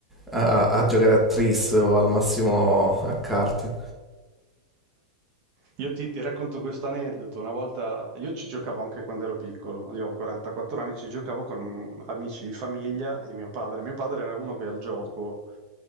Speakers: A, in the centre; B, on the right.
A: a, a a giocare a tris o al massimo a carte.
B: Io ti, ti racconto questo aneddoto. Una volta io ci giocavo anche quando ero piccolo, io ho 44 anni, ci giocavo con amici di famiglia e mio padre. Mio padre era uno che al gioco,